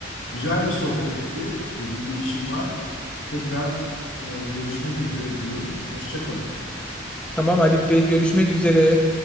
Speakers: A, on the left; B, in the centre.
A: Güzel bir sohbetti. Benim bir işim var. Tekrar e, görüşmek üzere diyorum. Hoşça kalın.
B: Tamam Ali Bey görüşmek üzere.